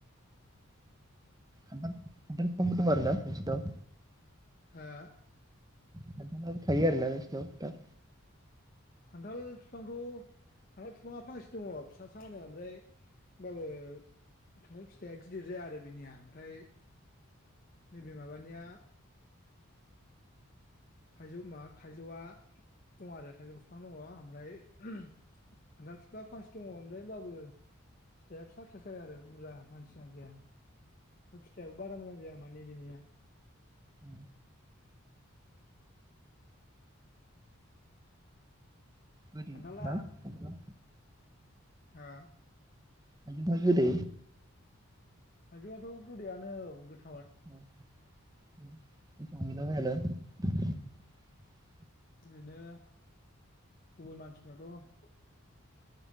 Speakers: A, on the right; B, on the left.
A: खान्थाल खान्थाल फिफांबो दं आरोना नोंसिनाव
B: हा
A: खान्थालाबो थायो आरो ना नोंसिनाव दा
B: खान्थाल बिफांथ' खान्थाल बिफाङा फांसे दङ फिसा सानो ओमफ्राय होमबाबो खान्थाल फिथाइया गिदिर जाया आरो बिनिया ओमफ्राय नै बे माबानिया थाइजौ मा थाइजौआ दं आरो थाइजौ बिफां दङ ओमफ्राय खान्थाल बिफा फांसे दङ ओमफ्राय होमबाबो फिथाइया फिसा फिसासो जायो आरो बुरजा मानसिना जाजाया ओमफाय फिथाइयाबो बारा मोजां जाया माने बिनिया
A: उ गोदै
B: खान्थाला
A: ना खान्थाला
B: ओ
A: थाइजौफोरा गोदै
B: थायजौआथ' गोदैयानो औ गो
A: <unintelligible>
B: ओरैनो गुबुन मानसिफ्राथ'